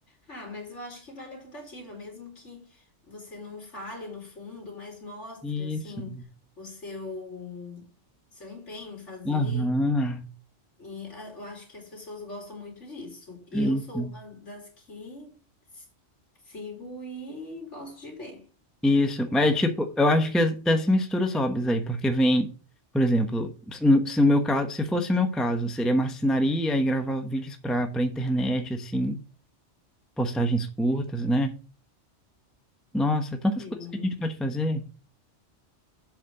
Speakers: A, on the left; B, in the centre.
A: Ah, mas eu acho que vale a tentativa, mesmo que você não fale no fundo, mas mostre,
B: Isso.
A: assim, o seu, seu empenho em fazer.
B: Aham.
A: E ah, eu acho que as pessoas gostam muito disso. Eu
B: Isso.
A: sou uma das que s- sigo e gosto de ver.
B: Isso. Mas, tipo, eu acho que até se mistura os hobbies aí, porque vem, por exemplo, se no- se o meu caso, se fosse o meu caso, seria marcenaria e gravar vídeos para para internet, assim, postagens curtas, né? Nossa, tantas
A: Sim.
B: coisas que a gente pode fazer.